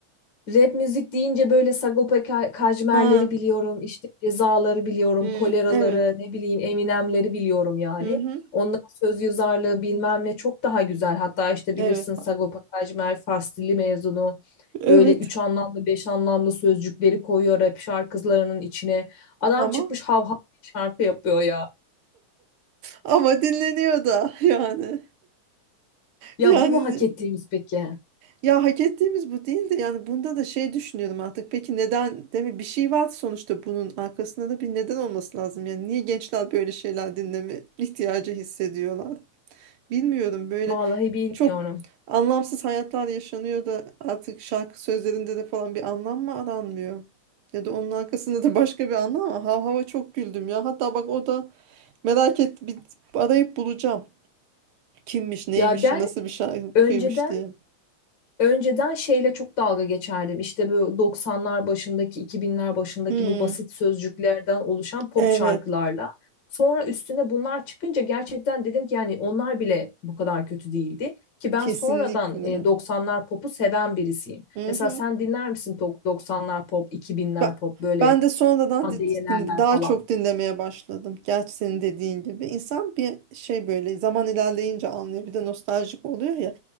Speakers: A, on the left; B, on the right.
A: Rap müzik deyince böyle Sagopa Ka- Kajmer'leri
B: Ha.
A: biliyorum, işte Cezaları biliyorum,
B: hmm,
A: Kolera'ları,
B: evet.
A: ne bileyim Eminem'leri biliyorum yani.
B: Hı hı.
A: Onların söz yazarlığı bilmem ne çok daha güzel. Hatta işte bilirsin
B: Evet.
A: Sagopa Kajmer Fars dili mezunu.
B: Evet.
A: Böyle üç anlamlı, beş anlamlı sözcükleri koyuyor rap şarkılarının içine. Adam
B: Ama
A: çıkmış hav hav şarkı yapıyor ya.
B: ama dinleniyor da yani.
A: Ya
B: Yani
A: bu mu hak ettiğimiz peki?
B: Ya hak ettiğimiz bu değildi. Yani bunda da şey düşünüyorum artık. Peki neden? Değil Bir şey var sonuçta bunun arkasında da bir neden olması lazım. Yani niye gençler böyle şeyler dinleme ihtiyacı hissediyorlar? Bilmiyorum. Böyle
A: Vallahi bilmiyorum.
B: çok anlamsız hayatlar yaşanıyor da artık şarkı sözlerinde de falan bir anlam mı aranmıyor? Ya da onun arkasında da başka bir anlam var. Hav hava çok güldüm ya. Hatta bak o da merak et bir arayıp bulacağım. Kimmiş, neymiş,
A: Ya ben
B: nasıl bir şarkıymış
A: önceden
B: diye.
A: Önceden şeyle çok dalga geçerdim. İşte bu 90'lar başındaki, 2000'ler başındaki
B: Hmm,
A: bu basit sözcüklerden oluşan pop
B: evet.
A: şarkılarla. Sonra üstüne bunlar çıkınca gerçekten dedim ki yani onlar bile bu kadar kötü değildi. Ki ben
B: Kesinlikle.
A: sonradan e, 90'lar popu seven birisiyim.
B: Hı
A: Mesela
B: hı.
A: sen dinler misin to- 90'lar pop, 2000'ler
B: Ben,
A: pop böyle
B: ben de sonradan
A: Hande
B: di-
A: Yener'ler
B: di- daha
A: falan?
B: çok dinlemeye başladım. Gerçi senin dediğin gibi. insan bir şey böyle zaman ilerleyince anlıyor. Bir de nostaljik oluyor ya.